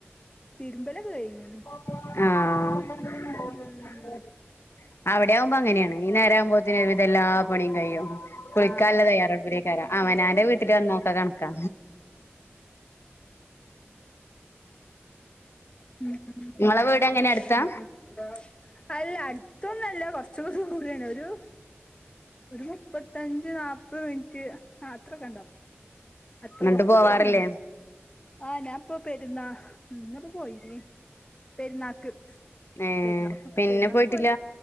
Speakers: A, on the left; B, on the left.
A: തിര്മ്പലൊക്കെ കഴിഞ്ഞ്ണ്.
B: ആഹ്.
A: ഉം
B: അവടെആവുമ്പോ അങ്ങനേണ്. ഈ നേരാവുമ്പോത്തിന് ഒര് വിതം എല്ലാപണിയും കഴിയും.
A: ആഹ്.
B: നല്ല തയ്യാറെടുപ്പ്ലേക്കാരം അവനാന്റെ വീട്ട്ല് വന്നാ ഒക്കെ കണക്കാ.
A: ഉം, ഉം
B: നിങ്ങളെ വീട് എങ്ങനെ
A: <unintelligible>
B: അടുത്താ
A: അല്ല അട് അട്ത്തൊന്നുഅല്ല കൊർച്ചു <unintelligible> കൂടുതലാണ് ഒരു ഒരു മുപ്പത്തഞ്ച് നാപ്പത് മിൻറ്റ് ആഹ്, അത്രൊക്കെണ്ടാവും. അത്ര
B: എന്നിട്ട്
A: കൊർച്ചൊക്ക
B: പോവാറില്ലേ
A: ലോങ്ങ്ണ്ട്. ആഹ്, ഞാൻപ്പൊ പെരുന്നാ എന്നാപ്പോ പോയിനേ പെരുന്നാക്ക്.
B: ഏ
A: പെര്ന്നാക്ക്
B: പിന്നെ
A: പെര്ന്നാക്കോയി
B: പോയിട്ടില്ല